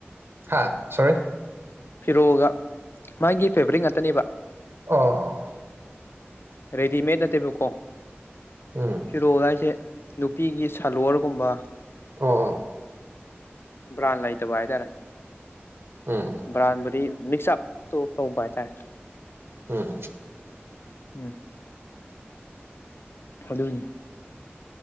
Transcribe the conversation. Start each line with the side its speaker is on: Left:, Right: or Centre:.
Right: ꯍꯥꯥ ꯁꯣꯔꯤ
Left: ꯐꯤꯔꯣꯒ ꯃꯥꯒꯤ ꯐꯦꯕꯔꯤꯛ ꯉꯥꯛꯇꯅꯦꯕ
Right: ꯑꯥ
Left: ꯔꯦꯗꯤꯃꯦꯗ ꯅꯠꯇꯦꯕꯀꯣ
Right: ꯎꯝ
Left: ꯐꯤꯔꯣꯜ ꯍꯥꯏꯁꯦ ꯅꯨꯄꯤꯒꯤ ꯁꯥꯂꯣꯔꯋꯥꯔꯒꯨꯝꯕ
Right: ꯑꯥ ꯑꯥ
Left: ꯚꯔꯟ ꯂꯩ ꯇꯕ ꯍꯥꯏꯇꯔꯦ
Right: ꯎꯝ
Left: ꯚꯔꯥꯟꯕꯨꯗꯤ ꯃꯤꯛꯁꯑꯞꯇꯣ ꯇꯧꯕ ꯍꯥꯏꯇꯥꯔꯦ
Right: ꯎꯝ
Left: ꯎꯝ ꯑꯗꯨꯅꯦ